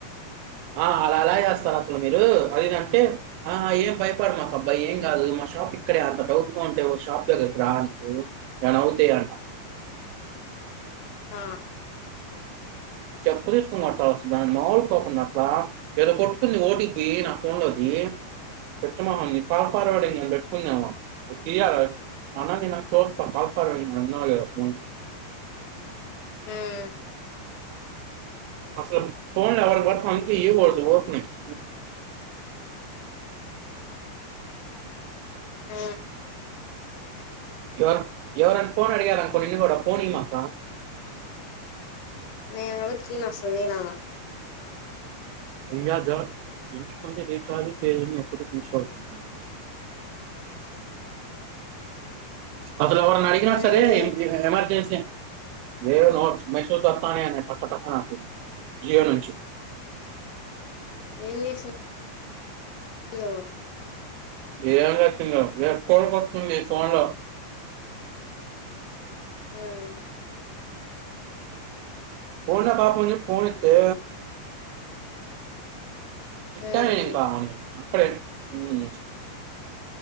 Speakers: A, on the right (about 85°); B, on the left (about 85°).
A: ఆ అలా ఎల చేస్తారు అసలు మీరు అదిదంటే ఆ ఏం భైపడు మాకు అబ్బా ఏం కాదు మా షాప్ ఇక్కడే అంత డౌట్ గా ఉంటే షాప్ దగ్గరికి ద నువ్వు ఏమైనా అవుతే అంట
B: ఆ
A: చెప్పు తీసుకుని కొట్టాల్సింది దాని మాములు కోపం అట్లా ఏదో కొట్టుకుంది ఓటీపీ నా ఫోన్ లోకి <unintelligible> ఫస్ట్ ఫర్వాడింగ్ అని పెట్టుకున్దేమో తీయాల అన్నం తిన్నాక చూస్తా ఫస్ట్ ఫర్వాడింగ్ ఉన్నదొ లేదో ఫోన్ కి
B: హ్మ్
A: అసలు ఫోన్ ఎవరికి బడితే వల్ల కీయకూడదు ఉరికనే <unintelligible>
B: హ
A: ఎవరు ఎవరైనా పోన్ అడిగారనుకో నిన్ను కూడా ఫోన్ ఇవ్వమాకు
B: నేను ఎవరికి ఇయ్యను నా ఫోన్ గిన
A: ఇయ్యాదు <unintelligible> అసలు ఎవరన్నా అడిగిన
B: ఏమైంది
A: సరే ఎమర్జెన్సీ ఇగో మెసేజ్ లు టపా టపా నొక్కింది జియో నుంచి
B: ఏ విషయ <unintelligible>
A: ఏం కొట్టిందో ఊకె ఊకె వస్తుంది ఫోన్
B: హ్మ్
A: పోన్లే పాపం అని ఫోన్ ఇతే ఇట్టా
B: ఉమ్
A: చేసినవని అక్కడే హ్మ్